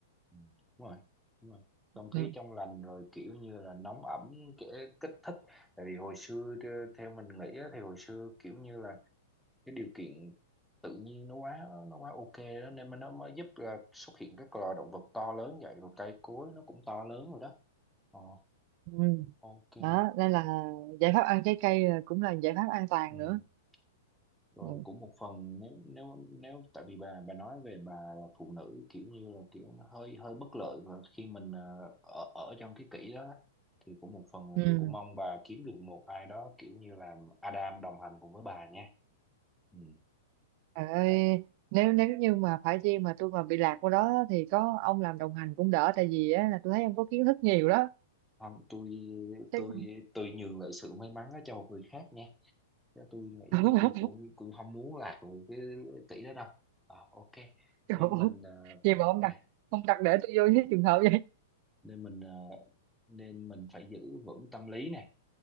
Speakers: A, in the centre; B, on the right (about 45°).
A: ừ. đúng rồi đúng rồi không khí
B: Ừ.
A: trong lành rồi kiểu như là nóng ẩm kể kích thích tại vì hồi xưa tơ- theo mình nghĩ á, thì hồi xưa kiểu như là cái điều kiện tự nhiên nó quá nó quá ok đó nên mà nó mới giúp là xuất hiện các loài động vật to lớn vậy rồi cây cối nó cũng to lớn rồi đó ờ
B: Ừ.
A: ok
B: Đó, nên là giải pháp ăn trái cây là- cũng là giải pháp an toàn
A: ừ
B: nữa.
A: rồi
B: Ừ.
A: cũng một phần nếu nếu nếu tại vì bà bà nói về bà là phụ nữ kiểu như là kiểu nó hơi hơi bất lợi và khi mình ờ, ở ở trong cái kỷ đó thì cũng một phần là
B: Ừ.
A: tôi cũng mong bà kiếm được một ai đó kiểu như là Adam đồng hành cùng với bà nha ừ.
B: Trời ơi,
A: Tại,
B: nếu nếu như mà phải chi mà tôi mà bị lạc qua đó thì có ông làm đồng hành cũng đỡ tại vì á là tôi thấy ông có kiến thức nhiều đó
A: không tôi
B: chứ
A: tôi
B: không-
A: tôi nhường lại sự may mắn đó cho một người khác nha chứ tôi nghĩ
B: <laughs>
A: tôi cũng cũng không muốn lạc vào cái tỷ đó đâu Ờ, ok
B: Trời
A: nên
B: ơi,
A: mình ờ,
B: gì mà ông
A: nè,
B: đặt ông đặt để tôi vô cái trường hợp vậy
A: nên mình ờ, nên mình phải giữ vững tâm lý nè